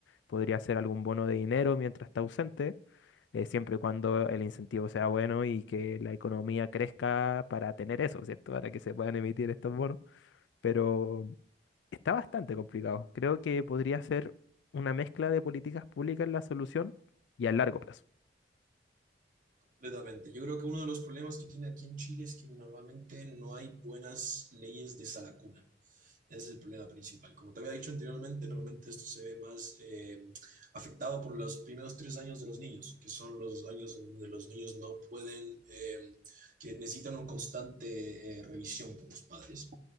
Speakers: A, on the left; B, on the right.
A: podría ser algún bono de dinero mientras está ausente eh, siempre y cuando el incentivo sea bueno y que la economía crezca para tener eso, ¿cierto? Para que se puedan emitir estos bonos. Pero está bastante complicado. Creo que podría ser una mezcla de políticas públicas la solución y a largo plazo.
B: Completamente. Yo creo que uno de los problemas que tiene aquí en Chile es que normalmente no hay buenas leyes de salacuna. Ese es el problema principal. Como te había dicho anteriormente, normalmente esto se ve más eh, afectado por los primeros tres años de los niños, que son los años en donde los niños no pueden, eh, que necesitan una constante eh, revisión por los padres.